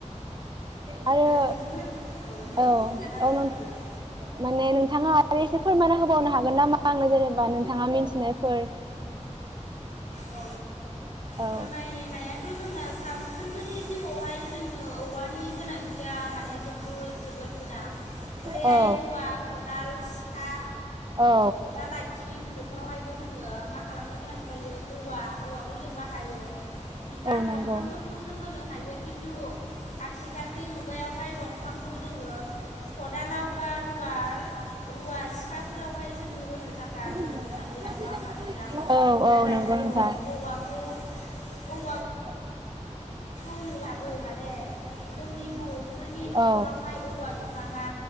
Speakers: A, on the right; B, on the left.
A: आरो
B: बेजोंनो दे
A: औ
B: नोंथाङानो
A: औ
B: बुंग्रोलाय
A: माने नोंथाङा आरो एसे फोरमानना होबावनो हा हागोन नामा आंनो जेनेबा नोंथाङा मिथिनायफोर
B: औ
A: औ
B: फोरमायनायाथ' जोंना सानफ्रोमबोनि जिउआवहाय जोङो औवानि गोनांथिया माने जोबोद जोबोद गोनां जेरैहाय
A: औ
B: रुवा, खदाल, सिखा,
A: औ
B: खदाल आइथिं बेफोरावहायबो जोङो मा खालामनो गोनां जायो। औवा औवाखौ जों बाहायो। बिफां
A: औ नंगौ
B: दंफांफोरखौ जों होनो हायो खिन्थु आथिखालनि मुगायावहाय दंफांखौ जोङो खदालाव बा रुवाल रुवा सिखाफोरावहाय जोङो होनो थाखाय
A: औ
B: मोननो थांलिया नङा होमबा नोंथां?
A: औ नंगौ
B: जोङो
A: नोंथां
B: औवाखौ
A: <inaudible>
B: खौ नुआबो माने जोंनि बर'फोरनि न'खरावहाय
A: औ
B: औवा बिफाङा